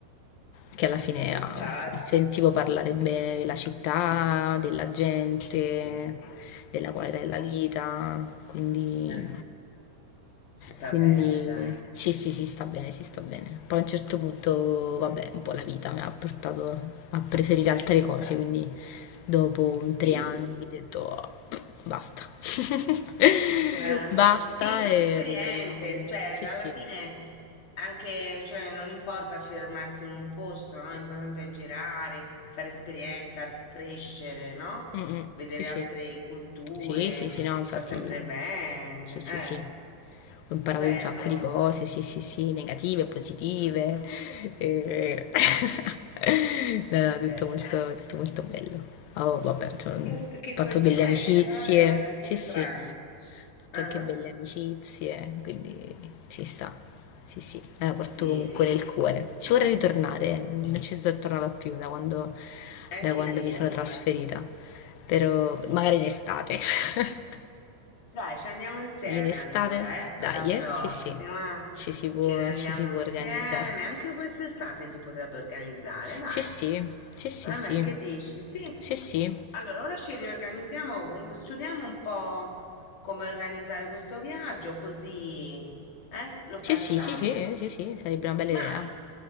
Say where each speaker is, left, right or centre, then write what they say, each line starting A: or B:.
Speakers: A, on the left (about 80°); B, on the left (about 55°).
A: che alla fine
B: Senz'altro.
A: ah, Certo. sentivo parlare bene della città, della gente,
B: Sì,
A: della
B: sì,
A: qualità della vita, quindi,
B: eh, si sta
A: quindi
B: bene, dai.
A: sì, sì, si sta bene, si sta bene. Poi a un certo punto, vabbè, un po' la vita mi ha portato a preferire
B: Beh,
A: altre
B: cioè,
A: cose, quindi dopo un
B: sì,
A: tre anni ho detto "Oh, basta, <laughs>
B: Guarda,
A: basta
B: Sì, sono
A: e
B: esperienze,
A: riproviamo.
B: cioè
A: Sì,
B: alla
A: sì.
B: fine anche, cioè, non importa fermarsi in un posto, no? L'importante è girare, fare esperienza, crescere, no?
A: Mm, mm.
B: Vedere
A: Sì, sì.
B: altre culture,
A: Sì, sì, sì, no, infatti,
B: fa sempre bene,
A: sì, sì,
B: eh,
A: sì. Ho imparato
B: bello,
A: un sacco di cose, sì, sì, sì, negative, positive.
B: Mm,
A: eh. <laughs> No, no,
B: certo.
A: tutto molto, tutto molto bello. Oh, vabbè, cioè, ho
B: Che, st- che
A: fatto
B: coincidenza,
A: belle amicizie.
B: vero? Che
A: Sì,
B: strano.
A: sì fatto
B: Ah,
A: anche belle amicizie, quindi ci sta. Sì, sì, me la porto
B: Sì,
A: comunque nel cuore. Ci vorrei ritornare, eh, non ci sono tornata più da quando,
B: anche
A: da quando
B: io.
A: mi sono trasferita, però magari in estate. <laughs>
B: Dai, ci andiamo insieme
A: In estate?
B: allora, eh?
A: Dai,
B: Alla prossima.
A: eh? Sì, sì, ci si può,
B: Ce ne andiamo
A: ci si può
B: insieme.
A: organizzare.
B: Anche quest'estate si potrebbe organizzare, dai.
A: Sì, sì, sì, sì,
B: Vabbè,
A: sì,
B: che dici? Sì.
A: sì, sì,
B: Allora, ora ci riorganizziamo, um, studiamo un po' come organizzare questo viaggio, così, eh? Lo facciamo.
A: sì, sì, sì, sì, sì, sì, sarebbe una bella idea.
B: Vai.